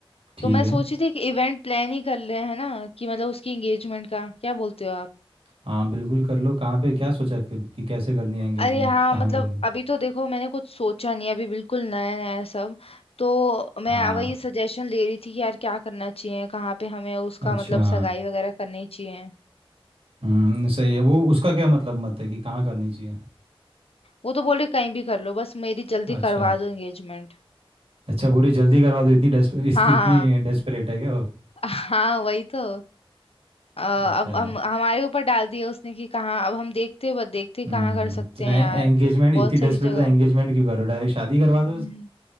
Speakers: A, on the right; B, on the left.
A: ठीक
B: तो मैं
A: है
B: सोची थी कि इवेंट प्लान ही कर रहे हैं ना कि मतलब उसकी एंगेजमेंट का क्या बोलते हो आप
A: हाँ बिल्कुल कर लो कहाँ पे क्या सोचा है फिर कि कैसे करनी है एंगेजमेंट
B: अरे हाँ
A: कहाँ
B: मतलब
A: करनी है?
B: अभी तो देखो मैंने कुछ सोचा नहीं है, अभी बिल्कुल नया नया है सब तो मैं
A: हाँ
B: वही सजेशन ले रही थी कि यार क्या करना चाहिए कहाँ पे हमें उसका
A: अच्छा
B: मतलब सगाई वगैरह करनी चाहिए
A: हम्म सही है वो उसका क्या मतलब मत है कि कहाँ करनी चाहिए
B: वो तो बोले कहीं भी कर लो बस मेरी जल्दी
A: अच्छा
B: करवा दो एंगेजमेंट
A: अच्छा पूरी जल्दी करवा दो इतनी डेस्परेट
B: हाँ
A: <laughs> इतनी
B: <laughs> हाँ
A: डेस्परेट है क्या वो
B: हाँ वही तो अ,
A: अच्छा
B: अब हम हमारे ऊपर डाल दिया उसने कि कहाँ अब हम देखते बस देखते
A: हम्म
B: कहाँ कर सकते
A: तो एंगेजमेंट
B: हैं यार बहुत
A: इतनी डेस्परेट
B: सारी जगह
A: था एंगेजमेंट क्यों करो डायरेक्ट शादी करवा
B: हम्म।
A: दो उसकी